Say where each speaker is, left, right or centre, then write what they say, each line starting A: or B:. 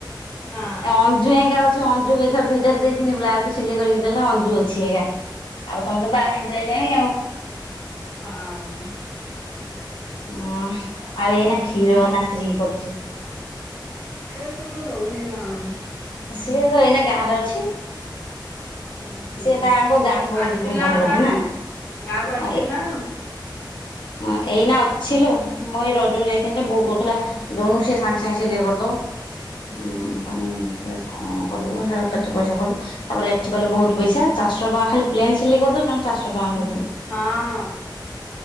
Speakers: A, on the left; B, on the left.
A: ନା
B: ଆ ଅଞ୍ଜୁ ଏଇନିକା ବୋଧେ ଅଞ୍ଜୁ ଏଥ ଦିଟା ଦେଇଥିଲି ବ୍ଲାଉଜ ସିଲେଇ କରିକି ଦେଲା ଅଞଜୁ ଅଛି ଏଗା ଆଉ ସମତେ ବାହା ହେଇ ସାଇଲେଣି ଆଉ।
A: ହଁଅଁ।
B: ହୁଁ ଉଁ ହ ଆଉ ଏଇନା କ୍ଷୀର ନା ସ୍ତ୍ରୀ କରୁଚି।
A: ଏରା ସବବେଳେ ରହୁନି ନା କଣ?
B: ସିଏ ତ ଏଇନା ଗାଁରେ ଅଛି
A: ଓହୋ
B: ସିଏ ତାଙ୍କ ଗାଁକୁ ପଳଉଛି
A: ଆସିଥିଲା
B: ଭୁବନ
A: ନା
B: ବୋଧେ
A: ଗାଁକୁୁ ଗାଁକୁ ଆସିଥିଲା।
B: ହଁ ଏ ହଁ ଏଇନା ଅଛିଲୋ ମୁଁ ଏଇ ରଜକୁ ଯାଇଥିନି ଯେ ବୋଉ କହୁଥିଲା ଦଉନୁ ସିଏ ସାଙ୍ଗେ ସାଙ୍ଗେ ସିଲେଇ କରିଦବ। ସେ କଣ <inaudible> ଦ ସେ କେତେ ପଇସା ପଡିବ ତାପରେ ଏଠି ବହୁତ ପଇସା ଚାରିଷ ଟଙ୍କା ଖାଲି ପ୍ଲେନ୍ ସିଲେଇ କରିଦେଉଚନ୍ତି ଚାରିଶହ ଟଙ୍କା ନଉଛି।
A: ହଁ ହଁ